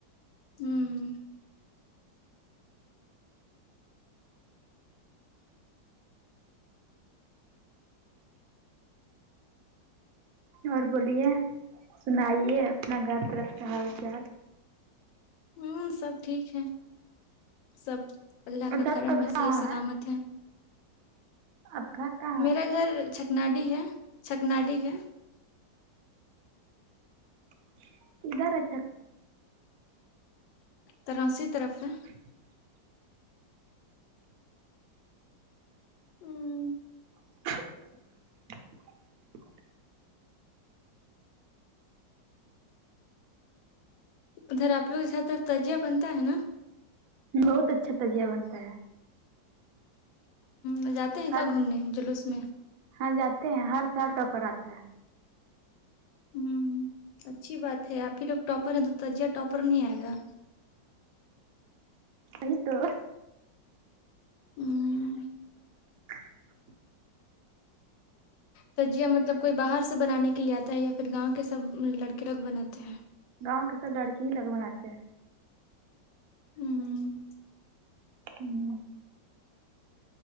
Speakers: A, on the left; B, on the right.
A: ہمم
B: اور بولیے سنائیے اپنا گھر طرف کا حال چال
A: ہوں سب ٹھیک ہے سب اللہ
B: اچھا
A: کا کرم
B: آپ گھر
A: ہے
B: کہاں
A: صحیح سلامت ہے
B: اب گھر کا
A: میرا گھر چھکناڈی ہے چھکناڈی ہے
B: <unintelligible> کدھر ہے
A: تراسی طرف ہے
B: <unintelligible>
A: ہوں
B: <unintelligible>
A: ادھر آ لوگر طرف تجیہ بنتا ہے نا
B: بہت اچھا تجیہ بنتا ہے
A: ہ جاتے ہیں
B: ہر
A: کہ گھومنے جلوس میں
B: ہاں جاتے ہیں ہر سال ٹوپر آتا ہے
A: ہوں اچھی بات ہے آپ ہی لوگ ٹاپر ہیں تو تجیہ ٹاپر نہیں آئے گا
B: نہیں توہ
A: ھمم
B: <inaudible>
A: سجیا مطلب کوئی باہر سے بنانے کے لیے آتا ہے یا پھر گاؤں کے سب لڑکے لوگ بناتے ہیں
B: گاؤں کے سب لڑکے ہی لوگ بناتے ہیں
A: ہوں
B: ہوں